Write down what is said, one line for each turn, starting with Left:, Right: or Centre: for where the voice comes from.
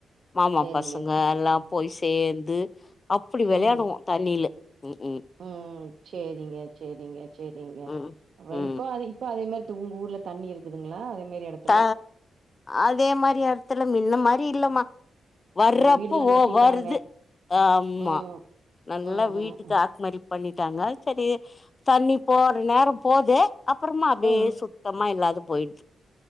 Left: மாமா
Right: சேரிங்க
Left: பசங்க
Right: சே
Left: எல்லா போய் சேந்து அப்படி வெளயாடுவோ
Right: ம்
Left: தண்ணியில ம் ம்
Right: ம் சேரிங்க சேரிங்க சேரிங்க
Left: ம்
Right: அ
Left: ம்
Right: இப்ப அது இப்ப அதே மாரி து உங்க ஊர்ல தண்ணி இருக்குதுங்களா அதே மாரி எடத்
Left: த அதே மாரி எடத்துல மின்ன மாரி இல்லம்மா வர்றப்ப
Right: ஆ வீடுல்லா
Left: ஓ
Right: கட்டிட்டாங்க
Left: வர்து ஆமா
Right: ம்
Left: நல்லா
Right: ம்
Left: வீட்டுக்கு
Right: ம் ம்
Left: ஆத்மரிப் பண்ணிட்டாங்க சரி தண்ணி போற நேரோ போது அப்பறமா அப்டே
Right: ஆ
Left: சு சுத்தமா இல்லாது போயிடுத்து